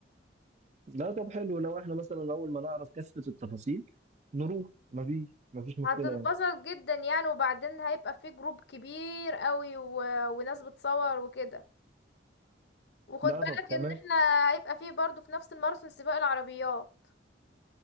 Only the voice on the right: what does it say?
لا طب حلو لو احنا مثلا اول ما نعرف كافة التفاصيل نروح مفيش مفيش مشكلة
يعني
لا
طب تمام